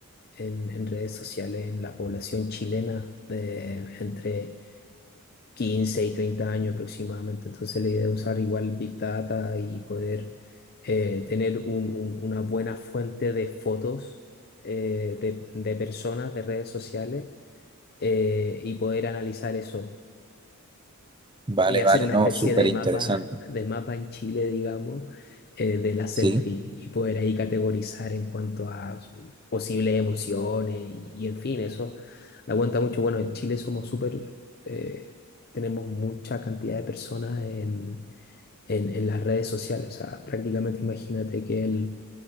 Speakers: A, on the left (about 45°); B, on the right (about 20°).
A: en, en redes sociales en la población chilena de entre 15 y 30 años aproximadamente. Entonces la idea es usar igual Big Data y poder eh, tener un- un- una buena fuente de fotos eh, de, de personas, de redes sociales eh, y poder analizar eso
B: Vale,
A: y hacer
B: vale,
A: una
B: no,
A: especie
B: súper
A: de
B: interesante.
A: mapa, de mapa en Chile, digamos, eh, de la selfie
B: Sí,
A: y poder ahí categorizar en cuanto a posibles emociones y, y en fin, eso da cuenta mucho. Bueno, en Chile somos súper, eh, tenemos mucha cantidad de personas en, en, en las redes sociales, o sea, prácticamente imagínate que el,